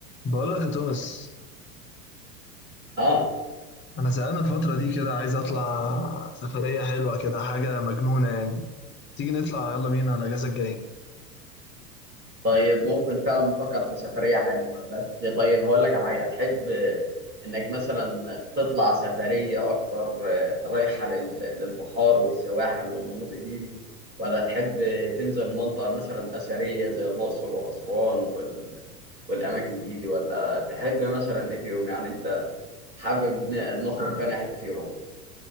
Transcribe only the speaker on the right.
اه
طيب ممكن فعلا نفكر في سفرية حلوة بس طيب هقول لك على حاجة تحب آه، انك مثلا تطلع سفرية اكتر آه، رايحة لل- للبحار والسواحل والمناطق دي دي ولا تحب آه، تنزل منطقة مثلا أثرية زي الأقصر وأسوان وال... والأماكن دي دي ولا تحب مثلا إيه فيهم يعني أنت حابب ن- نخرج في أي حتة فيهم؟